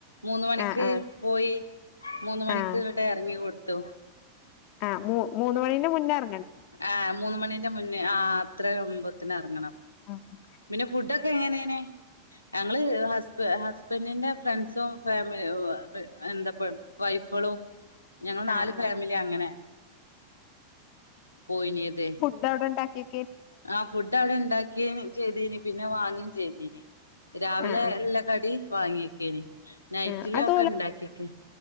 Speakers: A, on the left; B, on the left.
A: മൂന്ന് മണിക്ക്
B: ആ ആ
A: പോയി മൂന്ന് മണിക്ക്ങ്ങട്ടെർങ്ങി
B: ആ
A: കൊടുത്തു.
B: ആഹ് മൂ മൂന്ന് മണിന്റെ മുന്നെർ
A: ആഹ് മൂന്ന് മണിന്റെ മുന്നേ, ആഹ് അത്രെ അകുമ്പോത്തിനെർങ്ങണം.
B: ആഹ്
A: പിന്നെ ഫുഡ്ഡൊക്കെങ്ങനേനി? ഞങ്ങള് ഹസ്ബ് ഹസ്ബൻഡിന്റെ ഫ്രണ്ട്സും ഫാമി എന്തപ്പം വൈഫളും ഞങ്ങള്
B: ആ
A: നാല്
B: ആ
A: ഫാമിലി അങ്ങനെ പോയിന്യേത്
B: ഫുഡ്ഡൗടെണ്ടാക്കി
A: ആഹ് ഫുഡ്ഡൗണ്ടാക്കിന് ചെയ്തീനി, പിന്നെ വാങ്ങിം ചെയ്തീനി, രാവിലെ
B: ആ ആ
A: എല്ല കടി വാങ്ങിക്കേനി, നൈറ്റിലൊക്കെ
B: ആ അത്
A: ണ്ടാക്കിക്ക്‌